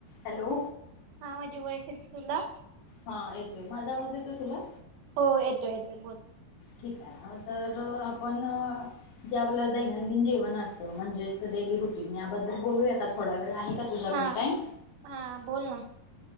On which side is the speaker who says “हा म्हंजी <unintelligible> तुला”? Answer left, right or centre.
Right